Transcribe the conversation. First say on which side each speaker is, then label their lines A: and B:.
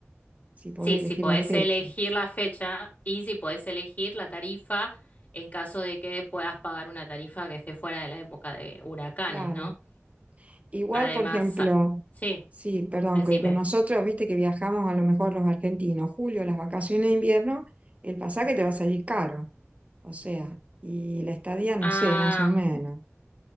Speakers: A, on the right; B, on the left.
A: si podés
B: Sí, si
A: elegir
B: podés
A: la fecha,
B: elegir la fecha y si podés elegir la tarifa en caso de que puedas pagar una tarifa que esté fuera de la época de huracanes,
A: claro.
B: ¿no?
A: Igual,
B: Además,
A: por ejemplo,
B: sa- sí,
A: sí, perdón,
B: decime.
A: que con nosotros, viste que viajamos a lo mejor los argentinos, julio, las vacaciones de invierno, el pasaje te va a salir caro, o sea, y la estadía, no
B: Ah.
A: sé, más o menos.